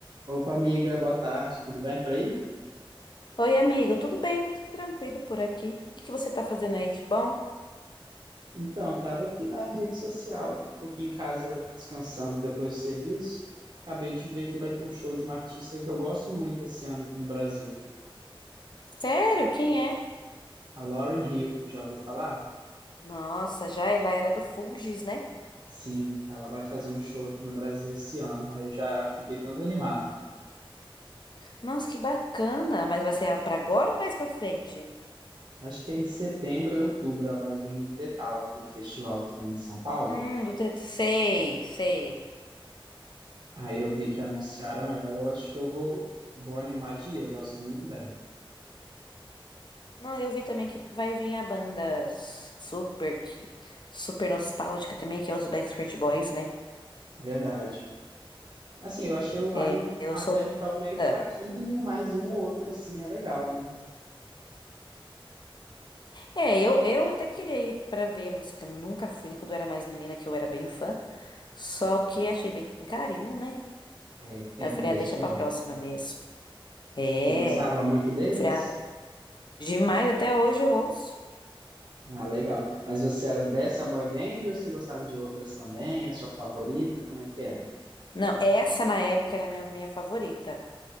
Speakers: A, on the right (about 50°); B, on the left (about 55°).
A: Opa, amiga, boa tarde, tudo bem por aí?
B: Oi, amigo, tudo bem? Tudo tranquilo por aqui. O que que você tá fazendo aí de bom?
A: Então, eu estava aqui na rede social, um pouquinho em casa, descansando depois do serviço. Acabei de ver que vai ter um show de uma artista que eu gosto muito esse ano aqui no Brasil,
B: Sério? Quem é?
A: a Lauryn Hill. Já ouviu falar?
B: Nossa, já ela era do Fulgis, né?
A: Sim, ela vai fazer um show aqui no Brasil esse ano. Aí eu já fiquei todo animado.
B: Nossa, que bacana. Mas vai ser pra agora ou mais pra frente?
A: Acho que é em setembro ou outubro ela vai vir no Detal, aquele festival que tem em São Paulo.
B: Hum, do T, Sei, sei.
A: Aí eu vi que anunciaram ela, eu acho que eu vou, vou animar de ir, eu gosto muito dela.
B: Não, eu vi também que vai vir a banda s- super que super nostálgica também, que é os Backstreet Boys, né?
A: Verdade. Assim, eu achei o
B: É,
A: Line
B: eu
A: até
B: sou
A: então meio fraquinho,
B: ah.
A: mas um ou outro assim é legal, né?
B: É, eu, eu até queria ir pra vê-los, que eu nunca fui, nem quando eu era mais menina, que eu era bem fã. Só que achei bem carinho, né?
A: É,
B: Aí
A: é um
B: eu falei,
A: investimento.
B: ah, deixa pra próxima mesmo. É,
A: Você gostava muito deles?
B: eu falei, ah, demais, até hoje eu ouço.
A: Ah, legal. Mas você era dessa boy band ou você gostava de outras também? A sua favorita? Como é que era?
B: Não, essa na época era a minha, minha favorita.